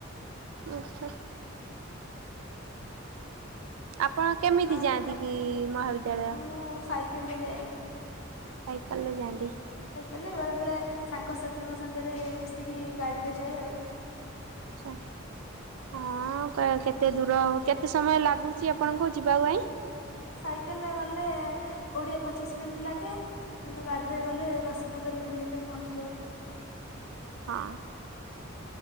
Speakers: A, on the right; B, on the left.
A: <unintelligible> ଆପଣ କେମିତି
B: ଆଉ
A: ଯାଆନ୍ତି
B: କଣ
A: କି ମହାବିଦ୍ୟାଳୟ?
B: ମୁଁ <unintelligible> ଯାଏ।
A: ସାଇକେଲରେ ଯାଆନ୍ତି।
B: ସାଇକେଲରେ ବେଳେବେଳେ ସାଙ୍ଗସାଥୀଙ୍କ ସାଙ୍ଗରେ ମିଶିକି ଗାଡ଼ିରେ ଯାଏ ଆଉ।
A: ଆଚ୍ଛା। ହଁ, କ କେତେ ଦୂର, କେତେ ସମୟ ଲାଗୁଛି ଆପଣଙ୍କୁ ଯିବା ପାଇଁ?
B: ସାଇକେଲରେ ଗଲେ କୋଡ଼ିଏ ପଚିଶ ମିନିଟ୍ ଲାଗେ। କିନ୍ତୁ ଗାଡ଼ିରେ ଗଲେ ଦଶ ପନ୍ଦର ମିନିଟ୍ ଭିତରେ ପହଞ୍ଚିଯାଉ।
A: ହଁ।